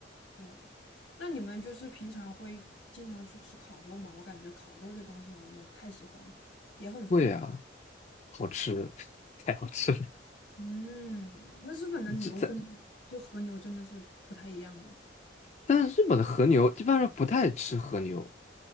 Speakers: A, on the left; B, on the left.
A: 对，那你们就是平常会经常去吃烤肉吗？我感觉烤肉这东西我也太喜欢了，也很方便。
B: 贵啊，好吃，<laughs> 太好吃了。
A: 嗯，那日本的牛真的就和牛真的是不太一样吗？
B: 这在，但是日本的和牛一般人不太吃和牛，